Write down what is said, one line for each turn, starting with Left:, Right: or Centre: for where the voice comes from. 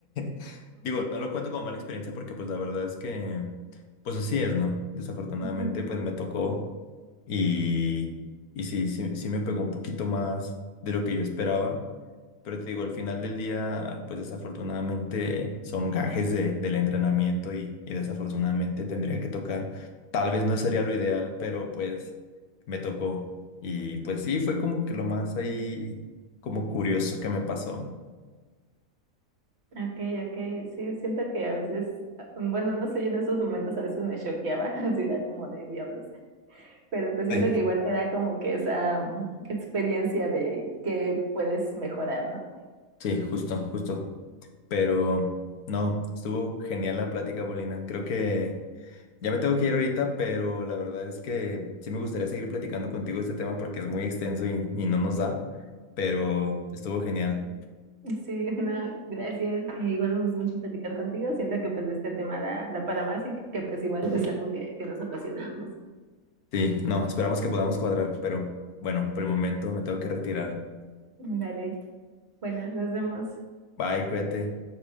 Left: <laughs> Digo, no lo cuento como mala experiencia porque pues la verdad es que pues así es, ¿no? Desafortunadamente
Right: Ujú,
Left: pues me tocó y, y sí, sí, sí me pegó un poquito más de lo que yo esperaba. Pero te digo, al final del día, pues desafortunadamente son gajes de, del entrenamiento y, y desafortunadamente tendría que tocar. Tal vez no sería lo ideal, pero pues me tocó. Y pues sí, fue como que lo más ahí, como curioso que me pasó.
Right: Okay, okay, sí, siento que a veces, ah, bueno, no sé, yo en esos momentos a veces me choqueaba, <laughs> así era como de diablos, pero pues siento
Left: Sí.
Right: que igual te da como que esa mm, experiencia de que puedes mejorar, ¿no?
Left: Sí, justo, justo. Pero no, estuvo genial la plática, Bolina. Creo que Ya me tengo que ir ahorita, pero la verdad es que sí me gustaría seguir platicando contigo este tema porque es muy extenso y, y no nos da, pero estuvo genial.
Right: Sí, no, gracias, eh, igual me gustó mucho platicar contigo, siento que pues este tema da, da para más y que pues igual es algo que, que nos apasiona a ambos.
Left: Sí, no, esperamos que podamos cuadrar, pero bueno, por el momento me tengo que retirar.
Right: Dale, bueno, nos vemos.
Left: Bye, cuídate.